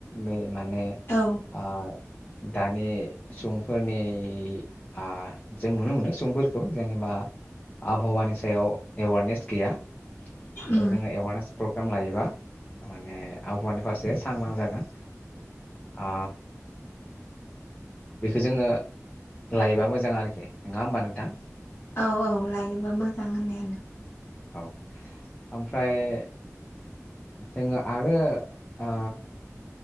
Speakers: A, on the left; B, on the left.
A: बे। माने
B: औ
A: ओ। दानि सुबुंफोरनि ओ- जों नुनो मोनो सुबुंफोरखौ जेनेबा आबहावानि सायाव एवारनेस गैया। थ
B: उम
A: जोङो एवारनेस प्रग्राम लायोबा माने आबहावानि फारसे सांग्रां जागोन ओ बेखौ जोङो लायोबा मोजां आरोखि नङा होमबा नोंथां।
B: औ औ लायोबा मोजां होननायानो।
A: औ ओमफ्राय। जोङो आरो ओ।